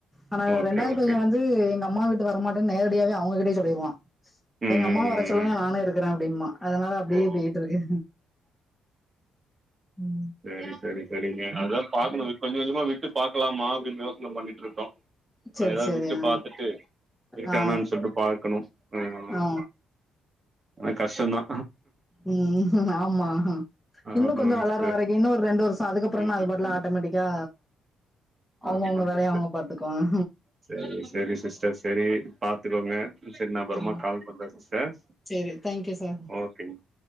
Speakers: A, in the centre; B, on the right (about 35°).
A: ஆனா
B: ஓகே
A: ரெண்டாவது
B: ஓகே
A: பைய வந்து எங்க அம்மா விட்டு வரமாட் நேரடியாவே அவங்க கிட்டே சொல்லிருவா
B: ம்
A: எங்க அம்மாவ
B: ம்
A: வர சொல்லுங்க
B: ம்
A: நானே இருக் கிற அப்டிம்பா அதனால அப்டியே
B: ஓ
A: போயிட்ருக்கு ம்
B: சரி சரி சரிங்க அதா பாக்கணு கொஞ்சோ கொஞ்சமா விட்டு பாக்கலாம அப்படின் யோசன பண்ணிட் ருக்கோ அதேதா
A: செரி செரி
B: விட்டு
A: ஆ
B: பாத்துட்டு இருக்கானான்
A: ஆ
B: சொல்ட்டு பாக்கணு ஆமா
A: ஆ
B: ஆனா கஷ்டந்தா
A: உம் ஆமா இன்னு
B: ஆமாங்க
A: கொஞ்ச வள
B: சிஸ்டர்
A: ப்ப வரைக்குன்ன ஒரு ரெண்டு வருஷம் அதுக்கப்புற
B: ம்
A: அது பாட்ல ஆட்டோமேட்டிக்கா அவங்க
B: ஆமாங்க
A: அவங்க வேலய
B: சிஸ்டர்
A: அவங்க பாத்துக்குவாங்க
B: சரி சரி சிஸ்டர் சரி பாத்துக்கோங்க சரி நா அப்பறமா
A: ஆ
B: கால் பண்ற சிஸ்டர்
A: செரி தேங்க்யூ சார்
B: ஓகேங்க